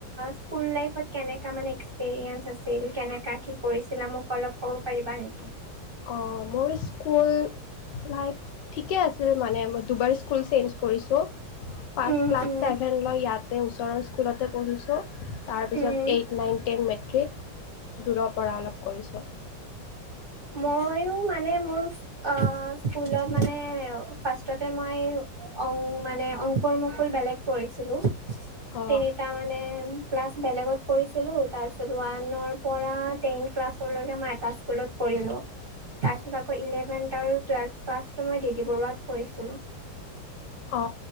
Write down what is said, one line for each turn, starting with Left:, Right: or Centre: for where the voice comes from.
Right: স্কুল লাইফত আ কেনেকা মানে এক্সপেৰিয়েঞ্চ আছিল কেনেকা কি কৰিছিলা মোক অলপ ক'ব পাৰিবা নেকি
Left: অহ মোৰ স্কুল লাইফ ঠিকে আছিল মানে মই দুবাৰ স্কুল চেঞ্জ কৰিছো ফাষ্ট
Right: উম
Left: ক্লাছ
Right: উম
Left: ছেভেন মই ইয়াতে ওচৰৰ স্কুলতে পঢ়িছো তাৰপিছত
Right: উম
Left: এইট নাইন টেন মেট্ৰিক দূৰৰ পৰা অলপ কৰিছো।
Right: ময়ো মানে মোৰ অ স্কুলত মানে ফাৰ্ষ্ষ্টতে মই অ মানে অংকুৰ মুকুল বেলেগ পঢ়িছিলো
Left: অঁ
Right: তিনিটা মানে ক্লাছ বেলেগত কৰিছিলো তাৰ পিছত ওৱানৰ পৰা টেন ক্লাছলৈকে মই এটা স্কুলত কৰিলো তাৰপিছত আকৌ ইলেভেন্ আৰু টুৱেলভ ক্লাছটো মই দি দি বৰুৱাত কৰিছিলো
Left: অ